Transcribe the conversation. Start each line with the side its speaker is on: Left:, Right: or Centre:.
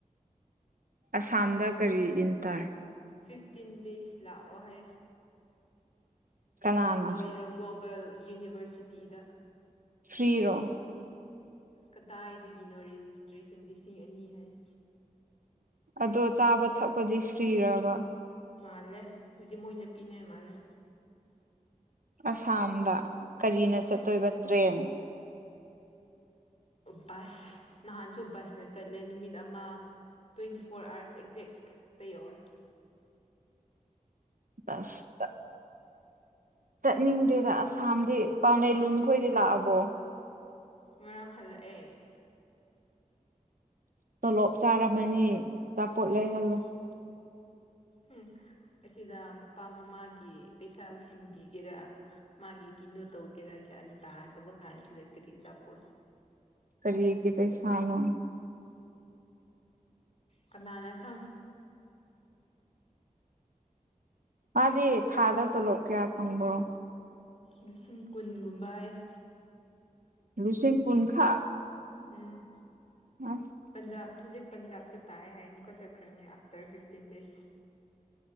Right: ꯑꯁꯥꯝꯗ ꯀꯔꯤ ꯏꯟꯇ꯭ꯔꯟ
Left: ꯐꯤꯞꯇꯤꯟ ꯗꯦꯁ ꯂꯥꯛꯑꯣꯍꯥꯏ
Right: ꯀꯅꯥꯅ
Left: ꯔꯣꯌꯜ ꯒꫭ ꯕꯜ ꯌꯨꯅꯤꯕꯔꯁꯤꯇꯤꯗ
Right: ꯐ꯭ꯔꯤꯔꯣ
Left: ꯀꯗꯥꯏꯗꯒꯤꯅꯣ ꯔꯦꯖꯤꯁꯇ꯭ꯔꯦꯁꯟ ꯂꯤꯁꯤꯡ ꯑꯅꯤ ꯍꯥꯏꯌꯦ꯫
Right: ꯑꯗꯣ ꯆꯥꯕ ꯊꯛꯄꯗꯤ ꯐ꯭ꯔꯤꯔꯕ꯫
Left: ꯃꯥꯜꯂꯦ ꯑꯗꯨꯗꯤ ꯃꯣꯏꯅ ꯄꯤꯅꯦ ꯃꯥꯜꯂꯦ꯫
Right: ꯑꯁꯥꯝꯗ ꯀꯔꯤꯅ ꯆꯠꯇꯣꯏꯕ
Left: ꯎꯝ
Right: ꯇ꯭ꯔꯦꯟ
Left: ꯕꯁ ꯅꯍꯥꯟꯁꯨ ꯕꯁꯅ ꯆꯠꯂꯦ ꯅꯨꯃꯤꯠ ꯑꯃ ꯇ꯭ꯋꯦꯟꯇꯤ ꯐꯣꯔ ꯑꯥꯋꯥꯔꯁ ꯑꯦꯛꯖꯦꯛꯇ ꯌꯧꯋꯦ꯫
Right: <unintelligible> ꯆꯠꯅꯤꯡꯗꯦꯗ ꯑꯁꯥꯝꯗꯤ ꯄꯥꯎꯅꯩ ꯂꯨꯟ ꯈꯣꯏꯗꯤ ꯂꯥꯛꯑꯕꯣ꯫
Left: ꯉꯔꯥꯡ ꯍꯜꯂꯛꯑꯦ꯫
Right: ꯇꯣꯂꯣꯞ ꯆꯥꯔꯝꯃꯅꯤ꯫ ꯑꯆꯥꯄꯣꯠ ꯂꯩꯍꯜꯂꯣ꯫
Left: ꯎꯝ ꯎꯝ ꯑꯁꯤꯗ ꯃꯄꯥ ꯃꯃꯥꯒꯤ ꯄꯩꯁꯥꯕꯨ ꯁꯤꯡꯕꯤꯒꯦꯔꯥ ꯃꯥꯒꯤ ꯀꯤꯩꯅꯣ ꯇꯧꯒꯦꯔꯥ ꯒ꯭ꯌꯥꯟ ꯇꯥꯗꯕ ꯀꯥꯟꯁꯤꯗ ꯀꯔꯤ ꯆꯥꯄꯣꯠ꯫
Right: ꯀꯔꯤꯒꯤ ꯄꯩꯁꯥꯅꯣ
Left: ꯀꯅꯥꯅ ꯈꯪ
Right: ꯃꯥꯗꯤ ꯊꯥꯗ ꯇꯣꯂꯣꯞ ꯀꯌꯥ ꯐꯪꯕ꯭ꯔꯣ
Left: ꯂꯤꯁꯤꯡ ꯀꯨꯟꯒꯨꯝꯕ ꯍꯥꯏꯌꯦ꯫
Right: ꯂꯥꯁꯤꯡ ꯀꯨꯟ ꯈꯛ
Left: ꯎꯝ
Right: ꯑꯁ
Left: ꯄꯟꯖꯥꯕ ꯍꯧꯖꯤꯛ ꯄꯟꯖꯥꯕꯇ ꯇꯥꯏ ꯍꯥꯏ ꯑꯃꯨꯛꯀ ꯆꯠꯈ꯭ꯔꯅꯤ ꯑꯥꯐꯇꯔ ꯐꯤꯐꯇꯤꯟ ꯗꯦꯖ꯫